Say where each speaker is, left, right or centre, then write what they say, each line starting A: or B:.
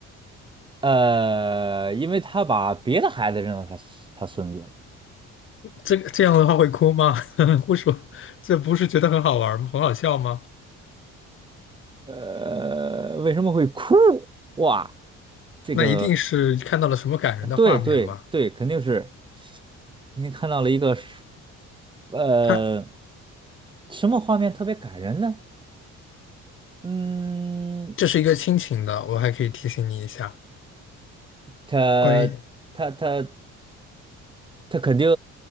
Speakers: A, on the right (about 15°); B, on the left (about 45°).
A: 呃，因为他把别的孩子认作他他孙子了。
B: 这个这样的话会哭吗？<laughs> 护士，这不是觉得很好玩儿吗？很好笑吗？
A: 呃，为什么会哭？哇，这个。
B: 那一定是看到了什么感人的画面吗？
A: 对对对，肯定是，肯定看到了一个是呃，
B: 他
A: 什么画面特别感人呢？嗯，
B: 这是一个亲情的，我还可以提醒你一下。
A: 他
B: 关于
A: 他他他肯定